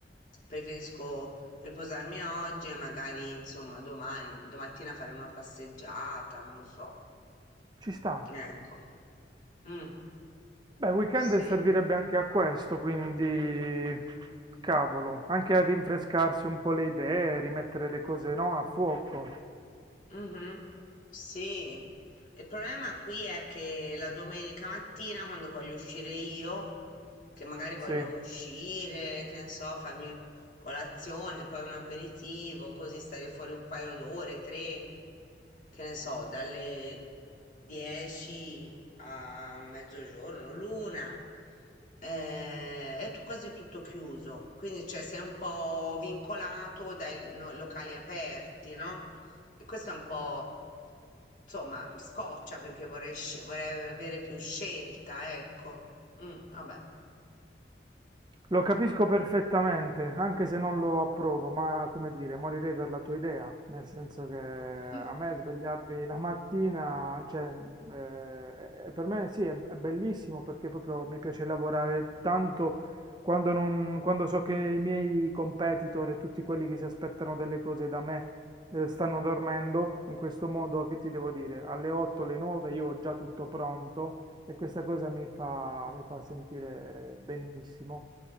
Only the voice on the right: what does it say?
Ci sta.
Beh, il weekend
servirebbe anche a questo, quindi cavolo, anche a rinfrescarsi un po' le idee, rimettere le cose, no, a fuoco.
Sì.
Lo capisco perfettamente, anche se non lo approvo, ma come dire, morirei per la tua idea, nel senso che a
me svegliarmi la mattina, cioè, eh, eh, per me sì, è, è bellissimo perché proprio mi piace lavorare tanto quando, non- quando so che i miei competitor e tutti quelli che si aspettano delle cose da me, eh, stanno dormendo, in questo modo che ti devo dire, alle 8, alle 9 io ho già tutto pronto e questa cosa mi fa, mi fa sentire eh, benissimo.